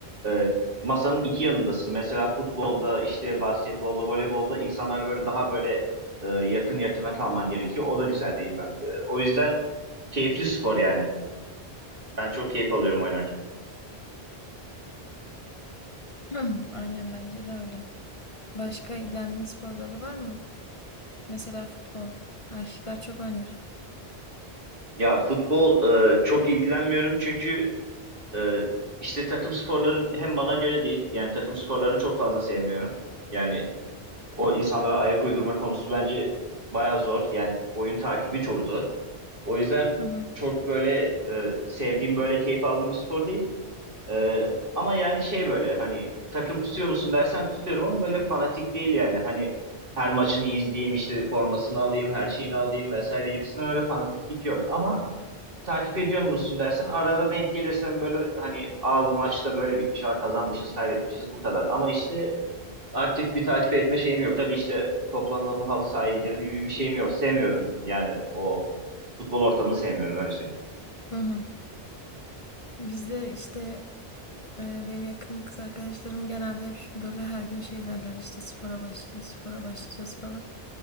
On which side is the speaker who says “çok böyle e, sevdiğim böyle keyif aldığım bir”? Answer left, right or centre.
Right